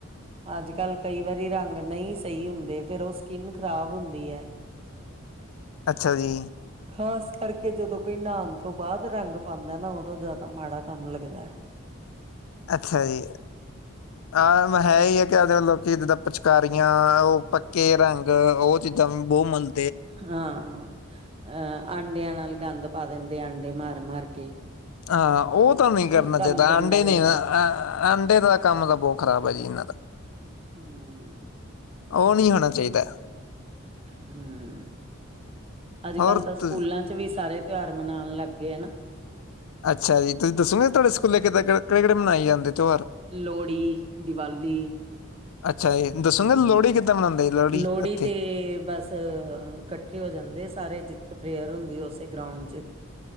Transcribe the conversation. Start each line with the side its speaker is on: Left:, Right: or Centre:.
Right: ਅੱਜ-ਕਲ ਕਈ ਵਾਰੀ ਰੰਗ ਨਈ ਸਈ ਹੁੰਦੇ, ਫੇਰ ਉਹ ਸਕਿੰਨ ਖ਼ਰਾਬ ਹੁੰਦੀ ਐ।
Left: ਅੱਛਾ ਜੀ।
Right: ਖ਼ਾਸ ਕਰਕੇ ਜਦੋਂ ਕੋਈ ਨਾਣ ਤੋਂ ਬਾਅਦ ਰੰਗ ਪਾਂਦਾ ਨਾ ਓ ਬਹੁਤ ਜ਼ਿਆਦਾ ਮਾੜਾ ਕੰਮ ਲੱਗਦਾ ਐ।
Left: ਅੱਛਾ ਜੀ। ਹਾਂ ਹੈ ਹੀ ਹੈ। ਅੱਜ ਕਲ ਲੋਕੀ ਜਿਦਾ ਪਿਚਕਾਰੀਆਂ, ਉਹ ਪੱਕੇ ਰੰਗ ਉਹ ਚੀਜ਼ਾਂ ਵੀ ਬਹੁ ਮੰਨ
Right: ਹਾਂ। ਅਹ ਆਂਡਿਆਂ ਨਾਲ ਗੰਦ ਪਾ ਦਿੰਦੇ ਆ। ਆਂਡੇ ਮਾਰ-ਮਾਰ ਕੇ।
Left: ਹਾਂ, ਉਹ ਤਾਂ ਨਹੀਂ ਕਰਨਾ
Right: ਕੰਮ
Left: ਚਾਹੀਦਾ।
Right: ਗੰਦਾ
Left: ਆਂਡੇ
Right: ਲੱਗਦਾ
Left: ਨੀ
Right: ਐ
Left: ਆਂਡੇ ਦਾ ਕੰਮ ਤਾਂ ਬਹੁਤ ਖ਼ਰਾਬ ਐ ਜੀ ਇਹਨਾਂ ਦਾ।
Right: ਹੂੰ।
Left: ਉਹ ਨੀ ਹੋਣਾ ਚਾਹੀਦਾ।
Right: ਹਮ, ਅੱਜ-
Left: ਹੋਰ
Right: ਕੱਲ ਤਾਂ ਸਕੂਲਾਂ
Left: ਤੁ
Right: 'ਚ ਵੀ ਸਾਰੇ ਤਿਉਹਾਰ ਮਨਾਉਣ ਲੱਗ ਗਏ ਨਾ।
Left: ਅੱਛਾ ਜੀ, ਤੁਸੀਂ ਦੱਸੋਗੇ ਤਾਡੇ ਸਕੂਲੇ ਕਿਦਾ ਕਿਹੜੇ ਕਿਹੜੇ, ਮਨਾਏ ਜਾਂਦੇ ਤਿਉਹਾਰ?
Right: ਲੋੜੀ, ਦੀਵਾਲੀ
Left: ਅੱਛਾ ਜੀ, ਦੱਸੋ
Right: ਹਮ,
Left: ਨਾ ਲੋਹੜੀ ਕਿੱਦਾਂ ਮਨਾਉਂਦੇ ਜੀ
Right: ਲੋਹੜੀ
Left: ਉੱਥੇ?
Right: ਤੇ ਬਸ ਅ ਇਕੱਠੇ ਹੋ ਜਾਂਦੇ, ਸਾਰੇ ਜਿੱਥੇ ਪ੍ਰੇਅਰ ਹੁੰਦੀ ਉਸੇ ਗਰਾਉਂਡ 'ਚ